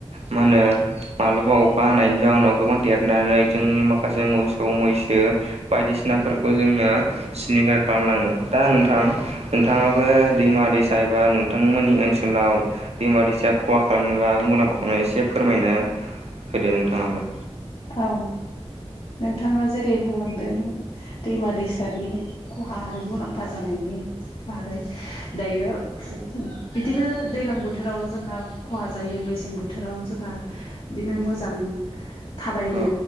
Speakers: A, on the right; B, on the left.
A: मा होनो माब्लाबा अखा हानायनि जाउनाव गोबां देरनानै जोंनि माखासे मोसौ मोसौ मैसो बायदिसिनाफोरखौ जोंनो सिलिंखार खालामलाङो दा नोंथां नोंथाङाबो दैमा दैसा एबा नोंथांमोननि ओनसोलाव दैमा दैसा खहा खालामनाय बा मुलाम्फा खालामनाय एसे फोरमायनो होदो नोंथाङाबो।
B: औ नोंथाङा जेरै बुंलांदों दैमा दैसानि खहा आरो मुलाम्फा जानायनि बागै दायो
A: औ
B: बिदिनो दैज्लां बोथोराव जोंहा खहा जायो मेसें बोथोराव जोंहा बिदिनो मोजां थाबायनो
A: औ